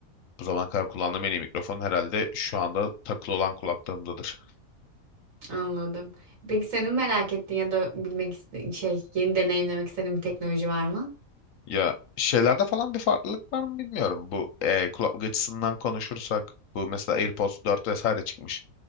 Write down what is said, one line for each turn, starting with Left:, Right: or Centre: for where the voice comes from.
Left: bu zamana kadar kullandığım en iyi mikrofon herhalde şu anda takılı olan kulaklığımdadır.
Right: Anladım. Peki senin merak ettiğin ya da bilmek iste şey yeni deneyimlemek istediğin bir teknoloji var mı?
Left: Ya şeylerde falan bir farklılık var mı bilmiyorum. Bu e, kulaklık açısından konuşursak bu mesela AirPods 4 vesaire çıkmış.